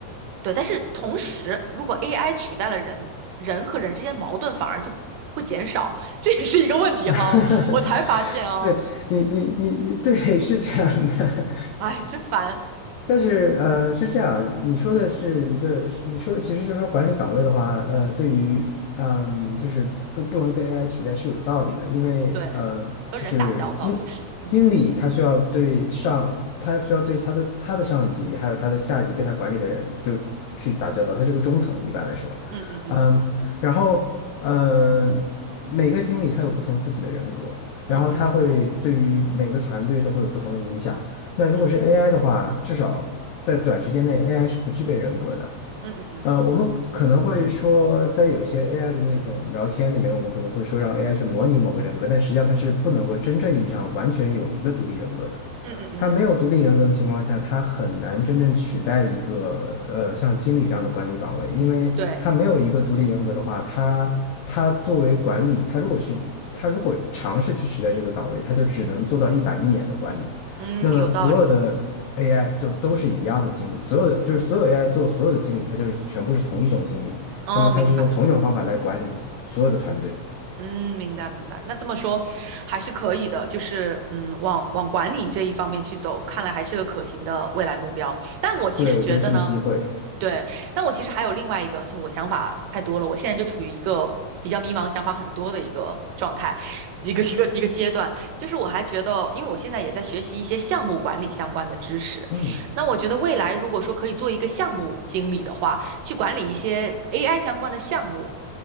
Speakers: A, on the right (about 75°); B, on the left (about 85°).
A: 对，但是同时，如果 AI 取代了人，人和人之间矛盾反而就会减少，这也是一个问题哈。
B: <laughs>
A: 我才发现啊，
B: 对你，你，你，你，对，是这样的，
A: 哎，真烦。
B: 但是，呃，是这样，你说的是一个，是你说的其实就是说管理岗位的话，呃，对于，嗯，就是不不容易被 AI 取代是有道理的，因为，
A: 对，
B: 呃，
A: 和人打交道就是，
B: 就是经经理他需要对上，
A: 嗯
B: 他需要对他的他的上级，还有他的下级被他管理的人就去打交道，他是个中层一般来说，
A: 嗯嗯
B: 嗯，然后，嗯、每个经理他有不同自己的人格，
A: 嗯嗯
B: 然后他会对于每个团队都会有不同的影响。那如果是
A: 嗯嗯
B: AI 的话，至少在短时间内，AI 是不具备人格的。
A: 嗯嗯嗯
B: 呃，我们可能会说，在有一些 AI 的那种聊天里面，我们可能会说让 AI 去模拟某个人格，但实际上它是不能够真正意义上完全有一个独立人格的。
A: 嗯嗯嗯，
B: 它没有独立人格的情况下，它很难真正取代一个呃像经理这样的管理岗位，因为它没有一个独立人格的话，
A: 对。
B: 它它作为管理，它如果去它如果尝试去取代这个岗位，它就只能做到一板一眼的管理。
A: 嗯，
B: 那么所有的
A: 有道理。
B: AI 就都是一样的经理，所有的就是所有 AI 做所有的经理，它就是全部是同一种经理，
A: 哦，
B: 那么它是用同一种方法来管理所有的团队。
A: 明白。嗯，明白明白。那这么说还是可以的，就是嗯，往往管理这一方面去走，看来还是个可行的未来目标。但我其实觉得呢。
B: 对，我觉得是个机会。
A: 对，但我其实还有另外一个，就我想法太多了，我现在就处于一个比较迷茫、想法很多的一个状态，一个一个一个阶段。就是我还觉得，因为我现在也在学习一些项目管理相关的知识，
B: 嗯
A: 那我觉得未来如果说可以做一个项目经理的话，去管理一些 AI 相关的项目。